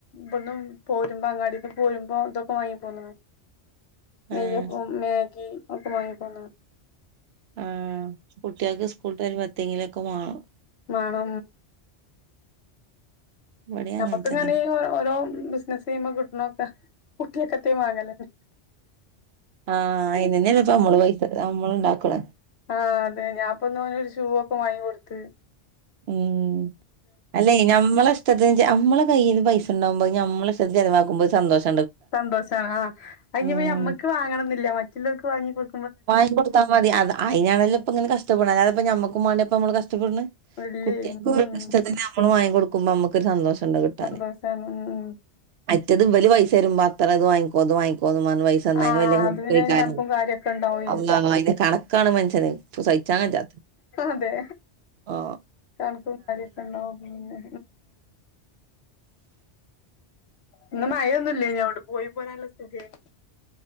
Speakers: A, on the left; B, on the right.
A: ഇബട്ന്ന് പോരുമ്പോ അങ്ങാടീന്ന് പോരുമ്പോ ഇതൊക്കെ വാങ്ങീ ആ
B: <inaudible>
A: നെയ്യപ്പം
B: ഏഹ്
A: മാഗി ഒക്കെ മാങ്ങിക്കൊട്ന്ന്ണ്
B: ആ കുട്ട്യാക്ക് സ്കൂള്ട്ടെരുമ്പൊ എത്തെങ്കിലൊക്കെ വാണം
A: മാണം
B: ഇവടിം
A: ഞമ്മക്ക്ങ്ങനെ
B: അങ്ങൻ തന്നെ
A: ഈ ഓരോ ബിസിനസ്സ് ചെയ്യുമ്പോ കിട്ടണ ഒക്കെ കുട്ട്യാക്ക്‌ എത്തേലും വാങ്ങാലെന്നെ
B: ആ അയിനെന്നേ ല്ലേ പമ്മൾ പ്പമ്മള് പൈസ ഉണ്ടാക്ക്ണ്
A: ആ അതെ ഞാപ്പൊന്നോനൊര് ഷൂ ഒക്കെ വാങ്ങിക്കൊട്ത്ത്
B: മം അല്ലെയ് ഞമ്മളെ ഇഷ്ടത്തിന് ചെയ് ഞമ്മളെ കയ്യിൽ പൈസണ്ടാവുമ്പത് നമ്മളിഷ്ടത്ത്ന് ചയലവാക്കുമ്പത് സന്തോഷ
A: സന്തോഷാണ് ആ അയിഞ്ഞിപ്പൊ
B: ഉം
A: ഞമ്മക്ക് വാങ്ങണംന്നില്ല മറ്റുള്ളോർക്ക് വാങ്ങിക്കൊട്
B: വാങ്ങിക്കൊട്ത്താ മതി അത് അയ്നാണല്ലൊപ്പൊങ്ങനെ കഷ്ടപ്പെട്ണ് അല്ലാതെപ്പൊ ഞമ്മക്കുമ്മാണ്ട്യാപ്പൊ നമ്മള് കഷ്ടപ്പെട്ണ്
A: അല്ലേ
B: കുട്ട്യാക്ക് ഓരോര്ത്തരെ
A: ഉം
B: ഇഷ്ടത്ത്ന് നമ്മള് വാങ്ങിക്കൊട്ക്കുമ്പോ നമ്മക്കൊരു സന്തോഷണ്ട് കിട്ടാന്
A: സന്തോഷാണ് ഉം ഉം
B: മറ്റെത് ഇവല് പൈസെരുമ്പോ അത്രത് വാങ്ങിക്കോ ഇത് വാങ്ങിക്കോന്നുംപ പൈസന്ന്
A: ആഹ്
B: അയ്ന് വല്ല്യെ
A: അത്
B: ഇത്വൈകാരം
A: പിന്നെ അയിന് കണക്കും കാര്യൊക്കെ ഇണ്ടാവേ
B: അള്ളാ അയിന്റെ കണക്കാണ് മന്ഷ്യന് ച്ച് സഹിച്ചാൻവെജ്ജാത്ത്
A: അതെ
B: ആ
A: കണക്കും കാര്യൊക്കെണ്ടാവും പിന്നെ
B: <inaudible>
A: ഇന്ന് മയൊന്നുല്ലായിനോ അവിടെ പോയി പോരാൻ നല്ല സുഖേന്